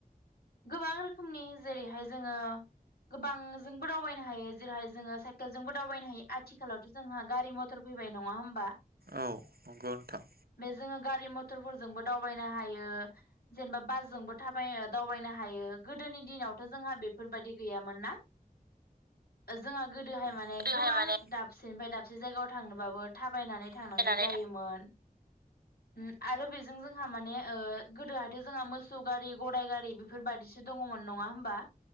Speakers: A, on the left; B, on the right.
A: गोबां रोखोमनि जेरैहाय जोंङो गोबांजोंबो दावबायनो हायो जेरैहाय जोंङो साइकेलजोंबो दावबायनो हायो आथिखालावथ जोंहा गारि मटर फैबाय नङा होमबा?
B: औ नंगौ नोंथां।
A: बे जोङो गारि मथरफोरजोंबो दावबायनो हायो। जेनेबा बासजोंबो थाबायो दावबायनो हायो। गोदोनि दिनावथ' जोंहा बे फोरबायदि गैयामोन ना? ओ जोंहा गोदोहाय माने
B: गोदोहाय
A: गोबां
B: माने
A: दाबसेनिफ्राय दाब से जायगायाव थांनोबाबो थाब थाबायनानै थांनांगौ
B: फरायनानै
A: जायोमोन। ओ आरो बेजों जों जोंहा माने ओ गोदोहायथ' जोंहा मोसौ गारि, गराइ गारि बेफोर बाददिसो दङमोन नङा होमबा?